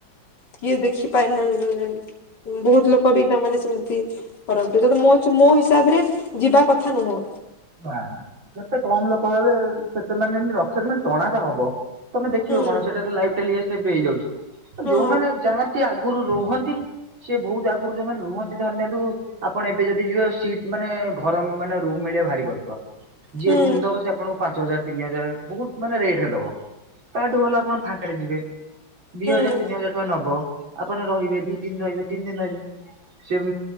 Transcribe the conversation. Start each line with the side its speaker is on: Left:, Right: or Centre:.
Left: କିଏ ଦେଖିପାରିଲାନି। ବହୁତ ଲୋକ ବି ତା ମାନେ ସେମିତି କରନ୍ତି ଯଦି ମୋ ତ ମୋ ହିସାବରେ ଯିବା କଥା ନୁହଁ।
Right: ନା ନା, ଯେତେ କମ୍ ଲୋକ ହେବେ ସେତେ ମାନେ ଏମିତି ରଥରେ ମାନେ ଟଣା ତ ହବ। ତମେ ଦେଖିବ
Left: ହୁଁ
Right: କଣ ସେଇଟା ତ ଲାଇଭ୍ ଟେଲିକାଷ୍ଟ ଏବେ ହେଇଯାଉଛି,
Left: ହଁ
Right: ଯୋଉମାନେ ଯାଆନ୍ତି ସେ ଆଗରୁ ରୁହନ୍ତି ସେ ବହୁତ ଆଗରୁ ଯୋମାନେ ରୁହନ୍ତି ଧରି ନିଅନ୍ତୁ ଆପଣ ଏବେ ଯଦି ଯିବେ ସିଟ ମାନେ ଘର ମାନେ ରୁମ ମିଳିବା ଭାରି କଷ୍ଟ ଯିଏ
Left: ହୁଁ
Right: ରୁମ ଦବ ସେ ଆପଣକୁ ପାଞ୍ଚ ହଜାର ତିନି ହଜାର ବହୁତ ମାନେ ରେଟରେ ଦବ। ତାଠୁ ଭଲ ଆପଣ ଫାଙ୍କରେ ଯିବେ। ଦି
Left: ହୁଁ
Right: ହଜାର ତିନି ହଜାର ଟଙ୍କା ନବ ଆପଣ ରହିବେ ଦି ଦିନ ରହିବେ ତିନି ଦିନ ରହିବେ। ସେ